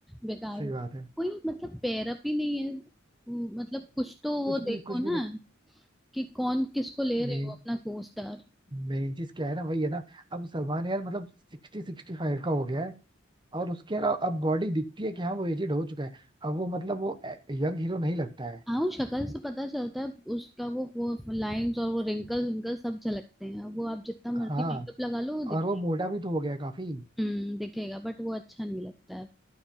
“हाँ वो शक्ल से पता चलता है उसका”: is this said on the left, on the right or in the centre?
Centre